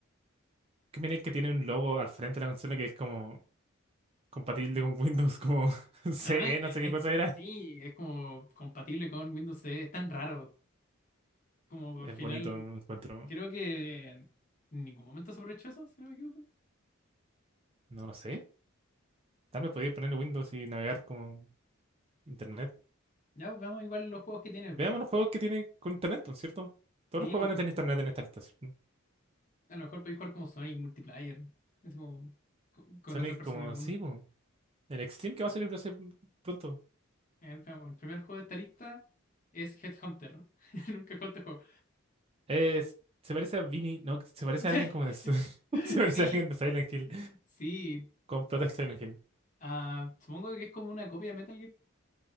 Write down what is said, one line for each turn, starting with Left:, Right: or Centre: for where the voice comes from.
Right: ¿Qué opináis que tiene un logo al frente de la consola que es como compatible con Windows, como <laughs> CE,
Left: Además,
Right: no
Left: eh,
Right: sé qué
Left: es-
Right: cosa era?
Left: sí, es como compatible con Windows CE, es tan raro. Como al
Right: Es
Left: final,
Right: bonito, encuentro.
Left: creo que en ningún momento se aprovechó eso, si no me equivoco.
Right: No lo sé. Tal vez podéis ponerle Windows y navegar con internet.
Left: Ya, pues, veamos igual los juegos que tiene.
Right: Veamos
Left: pues.
Right: los juegos que tiene con internet, ¿no es cierto? Todos
Left: Sí,
Right: los juegos
Left: o
Right: van
Left: con-
Right: a tener internet en esta lista, ¿cierto?
Left: a lo mejor podéis jugar como Sonic multiplayer. Es como co- con,
Right: Sonic
Left: otra persona
Right: como,
Left: del mundo.
Right: sí, po. El Extreme que va a salir no sé, pronto.
Left: A ver, veamos, El primer juego de esta lista es Headhunter. <laughs> Nunca he jugado este juego.
Right: Es- se parece a Vinny, no, se parece
Left: <laughs>
Right: a alguien como de... <laughs> Se parece
Left: Sí,
Right: a alguien de Silent Hill,
Left: sí.
Right: con Protect Silent Hill.
Left: Ah, supongo que es como una copia de Metal Gear.